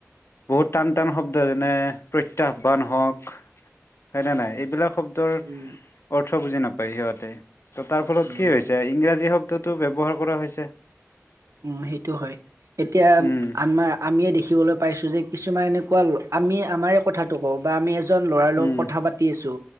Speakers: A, on the left; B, on the right.
A: বহুত টান-টান শব্দ যেনে, প্ৰত্যাহ্বান হওক। হয়নে নাই, এইবিলাক শব্দৰ অৰ্থ
B: উম
A: অৰ্থ বুজি নাপায় সিহঁতে। ত তাৰ ফলত
B: উম
A: কি হৈছে, ইংৰাজী শব্দ ত তো ব্যৱহাৰ কৰা হৈছে।
B: উম, সেইটো হয়। এতিয়া,
A: উম
B: আমাৰ আমিয়ে দেখিবলৈ পাইছো যে কিছুমান এনেকুৱা ল, আমি আমাৰে কথাটো কওঁ বা আমি এ জন ল'ৰাৰ লগত
A: উম
B: কথা পাতি আছো,